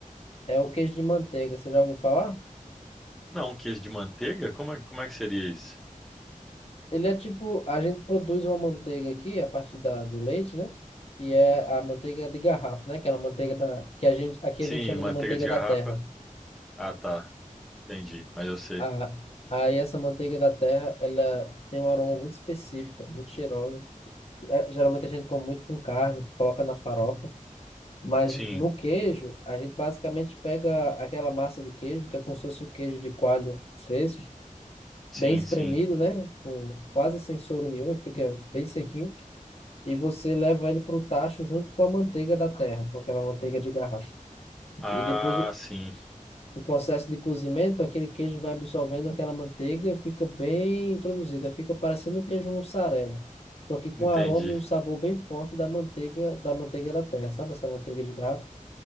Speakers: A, on the left (about 45°); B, in the centre.
A: é o queijo de manteiga. Você já ouviu falar?
B: Não, queijo de manteiga? Como é, como é que seria isso?
A: Ele é tipo, a gente produz uma manteiga aqui a partir da, do leite, né? Que é a manteiga de garrafa, né? Aquela manteiga da, que a gente, aqui
B: Sim,
A: a gente chama
B: manteiga
A: de manteiga
B: de
A: da
B: garrafa.
A: terra.
B: Ah, tá. Entendi, mas eu sei.
A: Ah, aí essa manteiga da terra, ela tem um aroma muito específico, muito cheirosa. É, geralmente a gente come muito com carne, coloca na farofa. Mas
B: Sim,
A: no queijo, a gente basicamente pega aquela massa de queijo, que é como se fosse o queijo de coalho fresco,
B: sim,
A: bem espremido,
B: sim.
A: né? Com quase sem soro nenhum, ele fica bem sequinho. E você leva ele para o tacho junto com a manteiga da terra, com aquela manteiga de garrafa.
B: Ah,
A: E depois o,
B: sim.
A: o processo de cozimento, aquele queijo vai absorvendo aquela manteiga e fica bem introduzida, fica parecendo um queijo mussarela. Só que com
B: Entendi,
A: o aroma e o sabor bem forte da manteiga, da manteiga da terra, sabe essa manteiga de garrafa?